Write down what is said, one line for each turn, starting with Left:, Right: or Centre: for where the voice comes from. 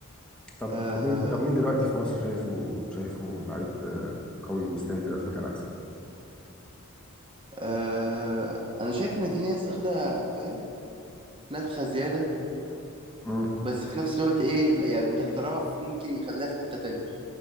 Centre: طب
Right: آه
Centre: طب مين طب مين دلوقتي في مصر شايفه شايفه لعيب آه، قوي ويستاهل يبقى في مكان احسن
Right: آه انا شايف ان في ناس اخده فاهم نفخه زياده
Centre: امم
Right: بس في نفس الوقت ايه يعني الاحتراف ممكن يخليها في حته تانية